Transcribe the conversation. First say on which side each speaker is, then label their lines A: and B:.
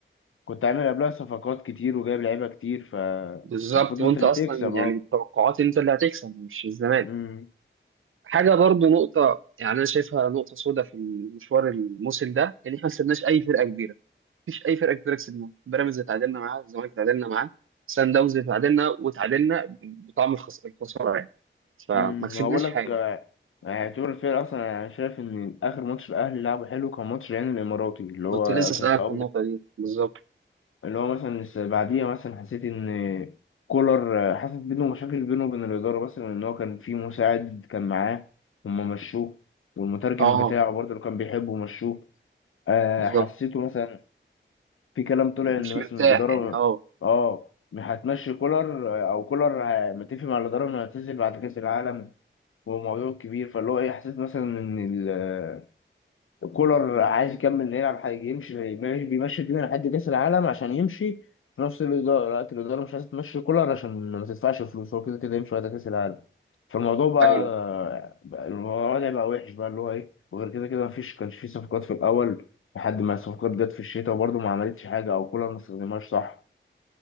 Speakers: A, on the left; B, on the right.
A: كنت عامل قبلها صفقات كتير وجايب لعيبه كتير فالمفروض
B: بالظبط وانت
A: انت اللي
B: اصلا
A: تكسب
B: يعني
A: اه
B: التوقعات انت اللي هتكسب مش الزمالك
A: مم.
B: حاجه برضو نقطه يعني انا شايفها نقطه سوداء في المشوار الموسم ده ان احنا ما كسبناش اي فرقه كبيره مفيش اي فرقه كبيره كسبناها بيراميدز اتعادلنا معاه الزمالك اتعادلنا معاه سان داونز اتعادلنا وتعادلنا بطعم الخس- الخساره يعني فما
A: امم
B: كسبناش
A: ما بقول لك
B: حاجه
A: آه، اعتبر الفرق اصلا انا شايف ان اخر ماتش الاهلي لعبه حلو كان ماتش العين الاماراتي اللي هو
B: كنت لسه اسالك
A: كان في اول
B: في النقطه دي بالظبط
A: اللي هو مثلا الس- بعديها مثلا حسيت ان كولر آه، حصلت بينه مشاكل بينه وبين الاداره مثلا ان هو كان في مساعد كان معاه هما مشوه والمترجم
B: اه
A: بتاعه برضه اللي كان بيحبه مشوه آه،
B: بالظبط
A: حسيته مثلا في كلام طلع
B: يعني
A: ان
B: مش مرتاح
A: مثلا الاداره
B: يعني اه
A: اه هتمشي كولر آه، او كولر آه، متفق مع الاداره انه هيعتزل بعد كاس العالم وموضوع كبير فاللي هو ايه حسيت مثلا ان ال- الكولر عايز يكمل يلعب حاجه يمشي يمشي- بيمشي الدنيا لحد كاس العالم عشان يمشي في نفس الاداره لا الاداره مش عايزه تمشي كولر عشان ما تدفعش فلوس هو كده كده يمشي بعد كاس العالم فالموضوع بقى
B: ايوه
A: بقى الوضع بقى وحش بقى اللي هو ايه وغير كده كده مفيش كانش في صفقات في الاول لحد ما الصفقات جت في الشتاء وبرضه ما عملتش حاجه او كولر ما استخدمهاش صح